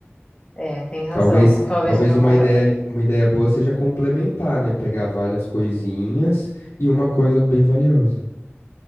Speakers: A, on the left (about 25°); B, on the left (about 85°).
A: É, tem razão.
B: Talvez,
A: Talvez
B: talvez
A: eu
B: uma
A: compre,
B: ideia, uma ideia boa seja complementar, né? Pegar várias coisinhas e uma coisa bem valiosa.